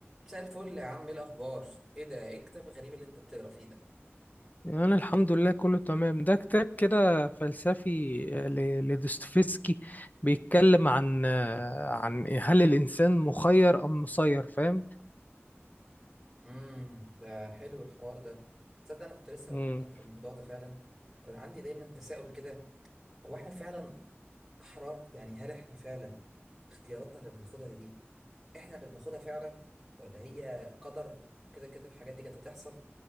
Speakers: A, in the centre; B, on the left.
A: مساء الفل يا عم ايه الاخبار ايه ده ايه الكتاب الغريب اللي انت بتقرا فيه ده
B: أنا الحمد لله كله تمام ده كتاب كده فلسفي آه، ل- لدوستويفسكي بيتكلم عن آه، عن هل الإنسان مخير أم مسير فاهم
A: امم ده حلو الحوار ده تصدق انا كنت لسه
B: مم.
A: بفكر في الموضوع ده فعلا كان عندي دايما تساؤل كده هو احنا فعلا احرار يعني هل احنا فعلا اختياراتنا اللي بناخدها دي احنا اللي بناخدها فعلا ولا هي قدر وكده كده الحاجات دي كانت هتحصل